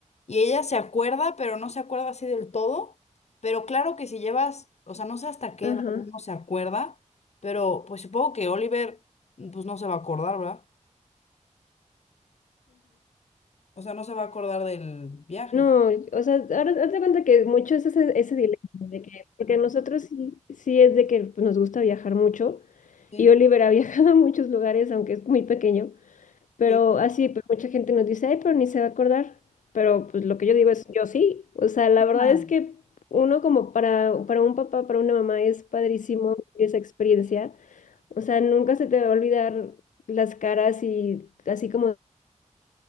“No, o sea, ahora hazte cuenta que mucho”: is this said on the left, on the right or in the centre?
Left